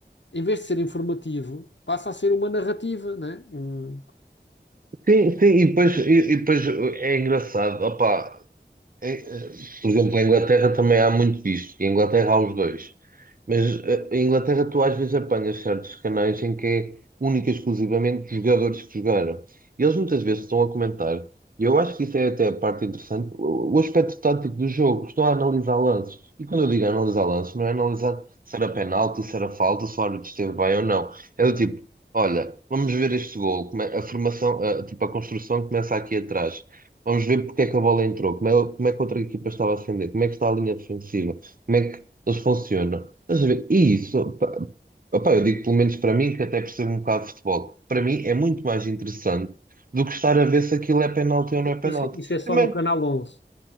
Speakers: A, on the left; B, on the right.
A: em vez de ser informativo, passa a ser uma narrativa, né? Um,
B: Sim, sim, e depois, e, e depois é engraçado, opá, em, eh, Por exemplo, na Inglaterra também há muito disto. E Em Inglaterra há os dois. Mas eh, em Inglaterra tu às vezes apanhas certos canais em que é única e exclusivamente os jogadores que jogaram. E eles muitas vezes estão a comentar. E eu acho que isso é até a parte interessante. O o aspecto tático do jogo. Estão a analisar lances. E quando eu digo analisar lances, não é analisar se era penalti, se era falta, se o árbitro esteve bem ou não. É do tipo, olha, vamos ver este gol. Como é- A formação, a, tipo, a construção começa aqui atrás. Vamos ver porque é que a bola entrou, como é, como é que a outra equipa estava a defender, como é que está a linha defensiva, como é que eles funcionam. Estás a ver? E isso, pá, opá, eu digo pelo menos para mim, que até percebo um bocado de futebol, para mim é muito mais interessante do que estar a ver se aquilo é penalti ou não é penalti.
A: Isso, isso é só
B: Primeiro
A: no Canal onze